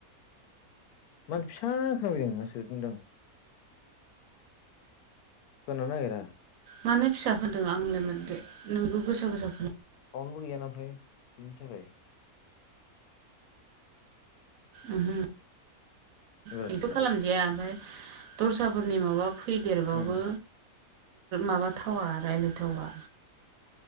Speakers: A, on the left; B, on the right.
A: मानो फिसा खोनादों होननासो बुंदो आं खोनानो नागिरा।
B: मानो फिसा होदों आंलाय माथो नोंबो गोसा गोसा खो
A: साउनबो गैया नामाथाय। बिनि थाखाय
B: ओमहो
A: एबारलाय
B: बेथ' खालामजाया ओमफाय दरसाफोरनि माबा फैदेरबाबो
A: उम
B: माबाथावा रायलायथावा।